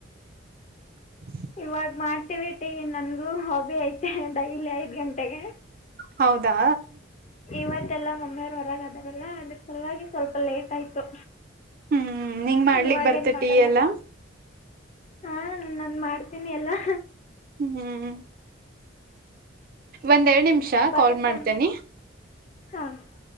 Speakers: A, on the right; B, on the left.
A: <unintelligible>
B: ಇವಾಗ ಮಾಡ್ತೀವಿಟೀ ನನಗೂ ಹಾಬಿ ಐತೆ ಡೈಲಿ ಐದು ಗಂಟೆಗೆ
A: ಹೌದಾ
B: ಇವತ್ತಲ್ಲಾ ಮೊಮ್ಮೆಯವರು ಹೊರಗೆ ಅದಾರಲ್ಲ ಅಂದ್ರೆ ಸಲುವಾಗಿ ಸ್ವಲ್ಪ ಲೇಟ್ ಆಯ್ತು
A: ಹ್ಮ್ ನಿಂಗ್ ಮಾಡ್ಲಿಕ್
B: ಇವಾಗೇನ್
A: ಬರ್ತ
B: ಮಾಡಲ್ಲ
A: ಟೀ ಎಲ್ಲ
B: ಹಾ ನನ್ ಮಾಡ್ತೀನಿ ಎಲ್ಲಾ
A: ಹ್ಮ್ ಹ್ಮ್ ಒಂದೆರಡು ನಿಮಿಷ
B: ಬರುತ್ತಾನ
A: ಕಾಲ್ ಮಾಡ್ತೇನಿ
B: ಹಾ <unintelligible>